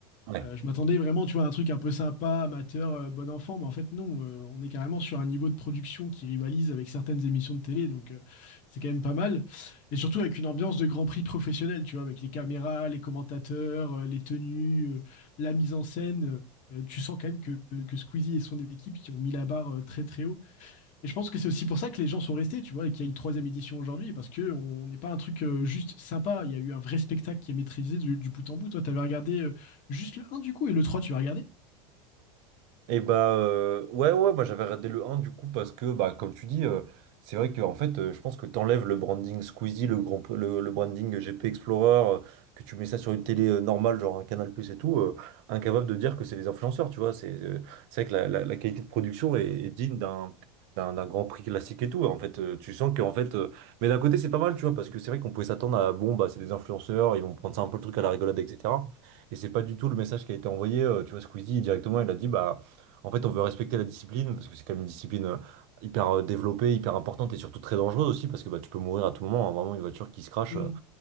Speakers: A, on the right (about 55°); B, on the left (about 45°).
A: Ouais.
B: Euh, je m'attendais vraiment, tu vois, à un truc un peu sympa, amateur, euh, bon enfant, mais en fait, non, euh, on est carrément sur un niveau de production qui rivalise avec certaines émissions de télé, donc euh, c'est quand même pas mal. Et surtout avec une ambiance de Grand Prix professionnel, tu vois, avec les caméras, les commentateurs, euh, les tenues, euh, la mise en scène. Euh, tu sens quand même que, que Squeezie et son équipe qui ont mis la barre euh, très très haut. Et je pense que c'est aussi pour ça que les gens sont restés, tu vois, et qu'il y a une troisième édition aujourd'hui, parce que on n'est pas un truc euh, juste sympa. Il y a eu un vrai spectacle qui est maîtrisé du, du bout en bout. Toi, tu avais regardé euh, juste le un du coup, et le trois, tu vas regarder?
A: Et bah euh, ouais ouais moi j'avais regardé le un du coup parce que bah comme tu dis euh, c'est vrai que en fait euh, je pense que t'enlèves le branding Squeezie le grand le, le branding GP Explorer euh, que tu mets ça sur une télé euh, normale genre un Canal+ Plus et tout euh, incapable de dire que c'est des influenceurs tu vois c'est euh, c'est vrai que la, la- la qualité de production est, est digne d'un d'un d'un Grand Prix classique et tout en fait euh, tu sens que en fait euh, mais d'un côté c'est pas mal tu vois parce que c'est vrai qu'on pouvait s'attendre à bon bah c'est des influenceurs ils vont prendre ça un peu le truc à la rigolade etc et c'est pas du tout le message qui a été envoyé euh, tu vois Squeezie directement il a dit bah en fait, on veut respecter la discipline parce que c'est quand même une discipline euh, hyper euh, développée, hyper importante et surtout très dangereuse aussi parce que bah, tu peux mourir à tout moment. hein. Vraiment, une voiture qui se crache,
B: Mm.
A: euh,